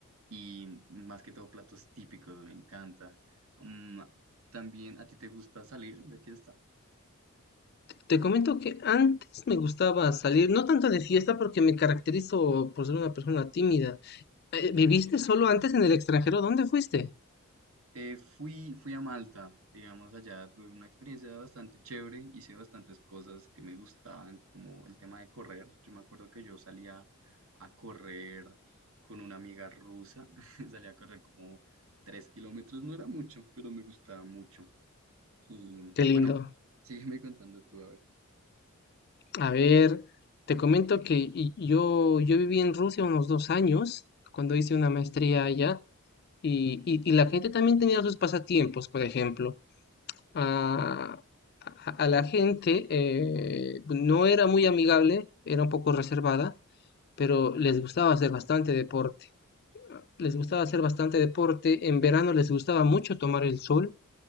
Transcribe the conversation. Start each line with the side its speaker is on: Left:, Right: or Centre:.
Right: y más que todo platos típicos, me encanta. Mm, también, ¿a ti te gusta salir de fiesta?
Left: Te comento que antes me gustaba salir, no tanto de fiesta porque me caracterizo por ser una persona tímida. Eh, ¿viviste solo antes en el extranjero? ¿Dónde fuiste?
Right: Eh, fui, fui a Malta, digamos, allá tuve una experiencia bastante chévere, hice bastantes cosas que me gustaban, como el tema de correr. Yo me acuerdo que yo salía a correr con una amiga rusa, <laughs> salía a correr como tres kilómetros, no era mucho, pero me gustaba mucho. Y
Left: Qué
Right: bueno,
Left: lindo.
Right: sígueme contando tú, a ver.
Left: A ver, te comento que y- yo, yo viví en Rusia unos dos años cuando hice una maestría allá y, y- y la gente también tenía sus pasatiempos, por ejemplo. Ah, a, a la gente eh, no era muy amigable, era un poco reservada, pero les gustaba hacer bastante deporte. les gustaba hacer bastante deporte, en verano les gustaba mucho tomar el sol.